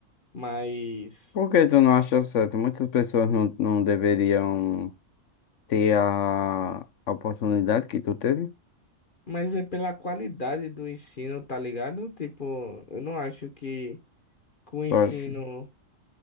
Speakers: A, on the left; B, on the left.
A: Mas,
B: Por que tu não acha certo? Muitas pessoas não, não deveriam ter a, a oportunidade que tu teve.
A: mas é pela qualidade do ensino, tá ligado? Tipo, eu não acho que que o ensino
B: Tu acha-